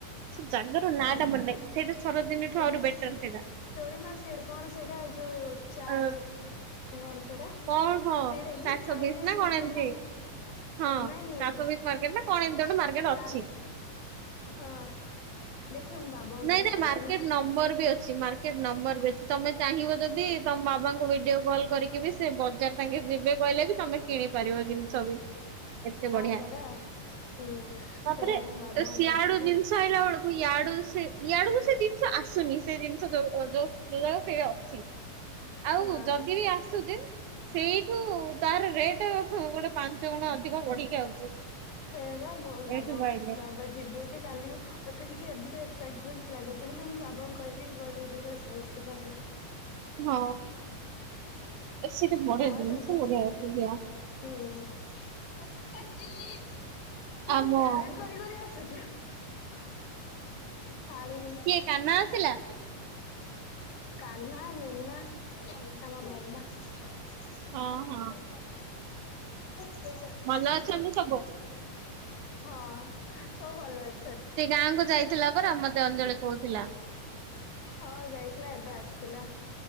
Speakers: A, on the right (about 70°); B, on the left (about 75°).
A: ସେ ଜାଗାର
B: ହଁ
A: ନାଁ ଟା ମନେ ନାହିଁ ସେଇଟା ସରୋଜିନୀଠୁ
B: ଏଇ
A: ଆହୁରି
B: ଯୋଉ
A: ବେଟର୍ ସେଇଟା।
B: ଚୋରି ମାର୍କେଟ୍ କଣ ସେଇଟା ଏଯୋ ଚାର
A: ଅ,
B: କଣ ସେଇଟା
A: କଣ ହଁ
B: ସେଇଟା କି
A: ଚାରିଶହବିଶ୍
B: ଚାଇନିଜ
A: ନା
B: ମାର୍କେଟ
A: କଣ ଏମିତି? ହଁ
B: କଣ ନାଇଁ ନାଇଁ
A: ଚାର୍ଶୋବିଶ୍ ମାର୍କେଟ ନା କଣ ଏମିତି ଗୋଟେ ମାର୍କେଟ
B: ଚାର୍ଜ
A: ଅଛି।
B: ହଁ ଦେଖିବା ମୁଁ ବାବାଙ୍କୁ
A: ନାଇଁ
B: ସେଟା
A: ନାଇଁ
B: କହିଥିବି।
A: ମାର୍କେଟ ନମ୍ବର ବି ଅଛି ମାର୍କେଟ ନମ୍ବର ବି ଅଛି ତମେ ଚାହିଁବ ଯଦି ତମ ବାବାଙ୍କୁ ଭିଡିଓ କଲ୍ କରିକି ବି ସେ ବଜାର ତାଙ୍କେ ଯିବେ କହିଲେ କି ତମେ କିଣି ପାରିବ ଜିନିଷ ବି। ଏତେ
B: ହଁ
A: ବଢିଆ
B: ପରା। ହୁଁ
A: ତାପରେ
B: ସେଇଆ ମୁଁ ବାବାଙ୍କୁ
A: ସିଆଡୁ
B: କହିବି
A: ଜିନିଷ ଆଇଲା ବେଳକୁ କୁ ଇୟାଡୁ ସେ ଇଆଡକୁ ସେ ଜିନିଷ ଆସୁନି ସେ ଜିନିଷ ଯୋଉ ଯା ସେ ଅଛି। ଆଉ
B: ହଁ।
A: ଯଦି ବି ଆସୁଜି ସେଇଠୁ ତାର ରେଟ ଗୋଟେ ପାଞ୍ଚ ଗୁଣ ଅଧିକ ବଢିକି ଆଉଛି।
B: ସେୟା ବା ମୋ ବାବା
A: ଏଇଠୁ ପାଇଲେ।
B: ବାବା ଯିବେ ଯେ କାଲି ମତେ ଟିକେ ଅଧିକ ସାଇଟ୍ କୁଇଣ୍ଟ ଲାଗୁଛି ବୋଲି ମୁଁ ବାବାଙ୍କୁ କହିବି ଗୋଟେ ଦିଟା ଡ୍ରେସ ଟେ ଆଣିବ।
A: ହଁ ସେଠି ବଢିଆ
B: ଆଉ
A: ଜିନିଷ
B: ତମ
A: ବଢିଆ ଅଛି ଆ।
B: ହୁଁ ତୁ
A: ଆମ
B: ପ୍ୟାରେଡ୍‌ କରି କରି ଆସୁଛୁ। ଥାା <inaudible> ଳି ହଁ
A: କିଏ କାହ୍ନା ଆସିଲା?
B: କାହ୍ନା ନିନ୍ନା ତାଙ୍କ ନନ୍ନା। ଚେକ୍ କରୁନ
A: ହଁ ହଁ
B: ଦେଖେ ଚେକ୍ କରୁନ।
A: ଭଲ ଅଛନ୍ତି ସବୁ
B: ହଁ ସବୁ ଭଲ ଅଛି।
A: ସେ ଗାଁକୁ ଯାଇଥିଲା ପରା ମତେ ଅଞ୍ଜଳି କହୁଥିଲା।
B: ହଁ ଯାଇଥିଲା ଏବେ ଆସିଲା।